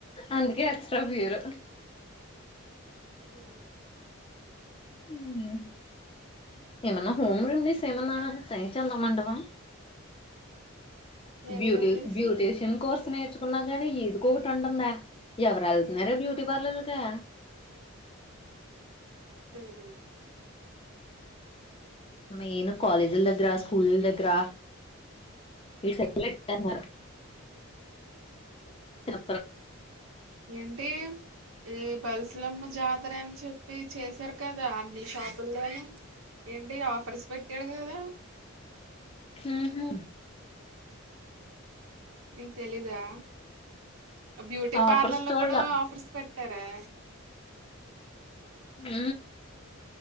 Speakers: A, on the left; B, on the right.
A: అందుకే ఎక్స్ట్రా పెయరు
B: అ
A: అ ఏమన్న హోమ్ రేమిడిస్ సేమన్నా ట్రై చెదమంటవ
B: ఏం
A: బ్యూటి
B: రెమెడీస్
A: బ్యూటీషన్ కోర్సినేర్ కున్నా గాని ఇదికొకటి ఉంటుందే ఎవరు వెళ్తున్నారే బ్యూటీ పార్లర్లకే
B: అే
A: మేను కాలేజిల్ దగ్గర స్కూల్ ద గ్గర ఈ సే <unintelligible> న్నార ట్
B: ఏంటి ఏ బల్సులమ్మ జాతర అని చెప్పి చేశారు కదా అన్ని షాపుల్లోను ఏంటి ఆఫర్స్ పెట్టాడు కదా
A: మ్ హు
B: నిక్ తెలిదా బ్యూటీ
A: ఆఫర్స్
B: పార్లర్లో
A: చూడలా
B: కూడా ఆఫర్స్ పెట్టారే
A: ఉ